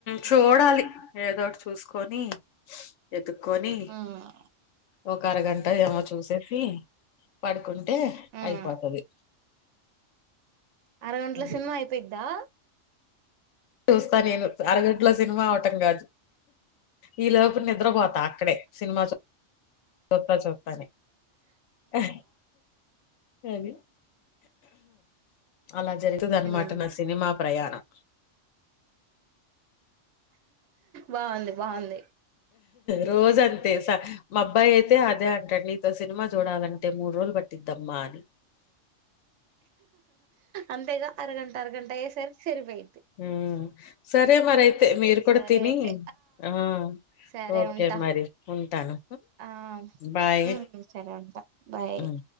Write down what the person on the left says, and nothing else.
చూడాలి ఏదోటి చూసుకొని ఎతుకొని
ఒక అరగంట ఏమో చూసేసి పడుకుంటే
అయిపోతది
అదె
చూస్తా నేను అరగడ్లో సినిమా అవటం కాదు ఈ లోపు నిద్రపోతా అక్కడే సినిమా చు చూత్తా చూత్తా అని ఆ అది అలా జరుగుతది అన్నమాట
నా సినిమా ప్రయాణం
రోజ అం తెస మా అబ్బాయి అయితే అదే అంటండు నీతో సినిమా చూడాలంటే మూడు రోజులు పట్టిద్దమ్మా అని
ఊ సరే మరి అయితే మీర్కుడ
తిని
ఆ
ఓకే
మరి ఉంటాను
బాయ్
ఉ